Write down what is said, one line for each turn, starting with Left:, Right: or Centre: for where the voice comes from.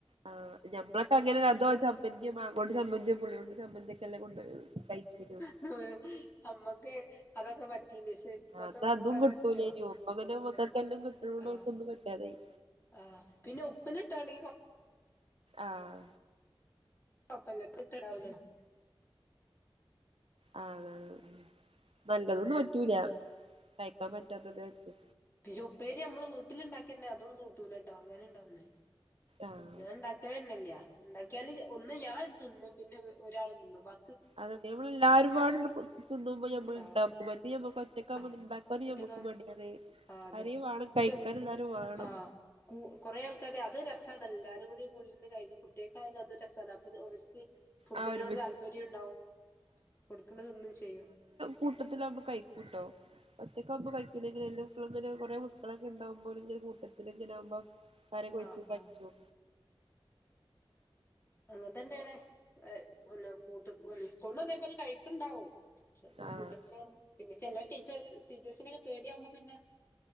Right: ആഹ് ഞമ്മളൊക്കെ അങ്ങനെ അതോ ചമ്മന്തിയോ മാങ്ങോണ്ട് ചമ്മന്തിയോ പുളിയോണ്ട് ചമ്മന്തിയോ ഒക്കെല്ലെ കൊണ്ട് <unintelligible>
Left: ഏഹ് നമ്മക്ക് അതൊക്കെ പറ്റീനിം ഇപ്പത്തെ
Right: അത് അതും
Left: മക്കക്ക് അത്പറ്റോ
Right: കിട്ടൂലേനു ഇപ്പൊ അങ്ങനെ
Left: ഇല്ല
Right: മക്കക്കെല്ലാം കിട്ടണോണ്ട്
Left: ആഹ്
Right: ഓൽക്കൊന്നും പറ്റാതായി
Left: ആഹ് പിന്നെ ഉപ്പിലിട്ടോണിം
Right: ആഹ്.
Left: <unintelligible>
Right: ആഹ് അതാണ് നല്ലതൊന്നും പറ്റൂല കഴിക്കാൻ പറ്റാത്തതെ പറ്റു
Left: പക്ഷെ ഉപ്പേരി നമ്മള് വീട്ടിലിണ്ടാക്കിണ്ടെ അതും കൂട്ടൂലട്ടോ അങ്ങനെ ഉണ്ടൊന്ന്
Right: ആഹ്
Left: ഞാൻ ഉണ്ടാക്കലെന്നല്ല ഉണ്ടാക്കിയാല് ഒന്ന് ഞാൻ തിന്നും പിന്നെ ഒരാൾ തിന്നും ബാ
Right: അതൊക്കെ നമ്മള് എല്ലാരും പാടെ അണ് തിന്നുമ്പോ നമ്മള്
Left: ആഹ്
Right: ഇണ്ടാക്കും മറ്റെ നമ്മക്ക് ഒ ഒറ്റക്കാവുമ്പോ
Left: ആഹ്
Right: ഇത് ഇണ്ടാക്കാനും
Left: ഒറ്റക്കം
Right: നമ്മക്ക് മടിയാണ്
Left: ആഹ് അതെ
Right: ആരേലും വാണം
Left: പക്ഷെ
Right: കഴിക്കാൻ എല്ലാവരും വേണം.
Left: ആഹ് കു കൊറേ ആൾക്കാര് അത് ഒര് രസണ്ടല്ലോ എല്ലാരും കൂടി കൂടിണ്ട് കഴി കുട്ടികൾക്കായാലും അത് ഒര് രസല്ലേ അപ്പത് ഓൽക്ക്. ഫുഡിനോട്
Right: ആ ഒരുമിച്ച്
Left: താല്പര്യം ഉണ്ടാവും കൊടുക്കണത് തിന്നും ചെയ്യും.
Right: കൂട്ടത്തിൽ ആവുമ്പോ കഴിക്കുട്ടോ ഒറ്റക്കാവുമ്പോ കഴിക്കൂല്ലെങ്കിലും എല്ലോം മക്കളിങ്ങനെ കൊറെ മക്കളൊക്കെ ഉണ്ടാവുമ്പോ ഓല് ഇങ്ങനെ കൂട്ടത്തിൽ ഇങ്ങനെ ആവുമ്പോ കറി ഒക്കെ ഒഴിച്ച്
Left: ആഹ്
Right: കഴിച്ചും
Left: ആഹ് അങ്ങനതന്നെയാണ് ഏഹ് പിന്നെ കൂട്ട് സ്കൂൾന്നും അതേപോലെന്നെ കഴിക്ക്‌ണ്ടാവും.
Right: ആഹ്
Left: കൂട്ടത്തിലാവുമ്പം പിന്നെ ചെല ടീച്ചേ ടീച്ചേഴ്സിനെക്കെ പേടിയാവുമ്പം പിന്നെ.